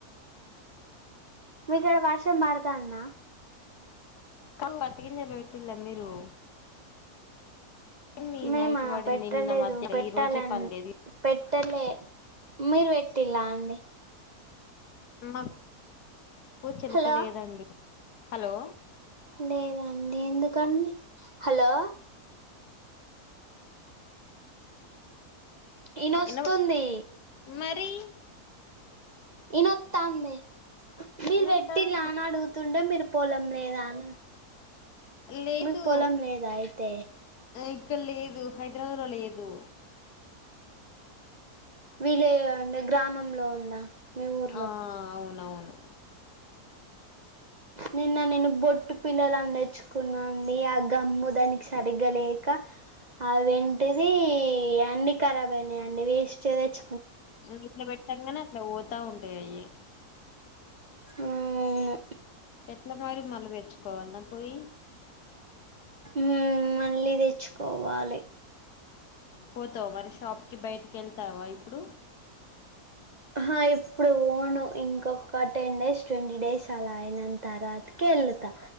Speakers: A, on the right; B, on the left.
A: మీ కాడ వర్షం పడతాంద?
B: కా పత్తి గింజలు పెట్టిల్లా మీరు? పడింది
A: మేమా,
B: నైట్ పడింది
A: పెట్టలేదు.
B: నిన్న మధ్య
A: పెట్టాలన్
B: ఈ రోజే పడలేదు
A: పెట్టలే. మీరు పెట్టిలా అండి?
B: మా కు చెలిక
A: హలో
B: లేదండి. హలో
A: లేద అండి, ఎందుకండి? హలో ఇనొస్తుంది.
B: ఇన మరి
A: ఈనొత్తాంది. మీరు
B: ఇనొత్తం
A: పెట్టిలా అని అడుగుతుండే, మీరు పొలం లేదా అని
B: లేదు
A: మీకు పొలం లేదా అయితే
B: ఇక్కడ లేదు. హైదరాబాద్ లో లేదు.
A: విలే అంటే, గ్రామంలో ఉందా! మీ ఊర్లో
B: ఆ. అవునవును.
A: నిన్న నేను బొట్టుపిల్లలును తెచ్చుకున్నా అండి. ఆ గమ్ము దానికి సరిగ్గా లేక, అవేంటిది అన్ని ఖరాబ్ అయినాయి అండి. వేస్ట్ వి తెచ్చ
B: నువ్వు ఇట్ల పెట్టంగనే, అట్ల పోతా ఉంటాయి అయి.
A: ఊ ను
B: ఎట్ల మరి? మళ్ల తెచ్చుకోవాల్నా పోయి.
A: మ్ మళ్ళీ తెచ్చుకోవాలి.
B: పోతావ మరి షాప్ కి? బయటికెళ్తావా ఇప్పుడు?
A: అహా ఇప్పుడు పోను. ఇంకొక టెన్ డేస్, ట్వంటీ డేస్ అలా అయిన తర్వాతకి వెళ్ళతా.